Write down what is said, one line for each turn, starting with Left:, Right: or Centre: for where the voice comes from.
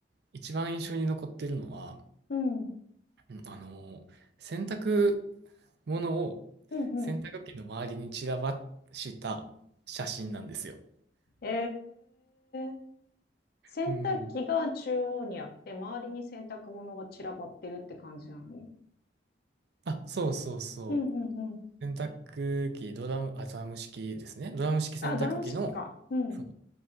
Right: 一番印象に残ってるのは、
Left: うん。
Right: うんあの、洗濯物を
Left: うん。
Right: 洗濯機の周りに散らばした写真なんですよ。
Left: うんえー、洗濯機が中央にあって、
Right: うん。
Left: 周りに洗濯物が散らばってるって感じなのね
Right: あ、そうそうそ
Left: うんうんうん。
Right: う。洗濯機、ドラム、あ、ドラム式ですね。ドラム式洗濯機の、
Left: あ、ドラム式か。うん。
Right: そう